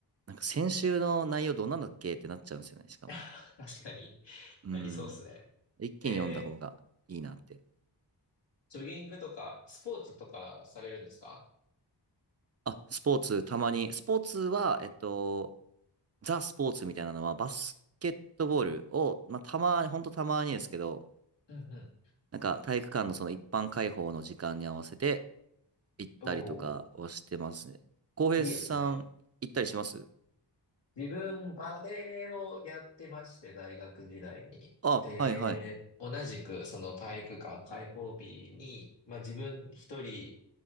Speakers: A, on the right; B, on the left.
A: なんか先週の内容どんなんだっけってなっちゃうんですよね、しかも。
B: <laughs> 確かに。
A: うん。
B: ありそうですね。
A: 一気に読んだ方がいいなって。
B: えー、ジョギングとか、スポーツとかされるんですか
A: あ、スポーツ、たまに。スポーツは、えっと、ザ・スポーツみたいなのは、バスケットボールを、まあ、たまに、ほんとたまにですけど、
B: うんうん。
A: なんか体育館のその一般開放の時間に合わせて行ったりとかをしてますね。
B: おー、
A: 浩平さん、
B: いいですね。
A: 行ったりします
B: 自分、バレエをやってまして、大学時代に。
A: あ、
B: で、
A: はいはい。
B: 同じく、その体育館開放日に、まあ自分一人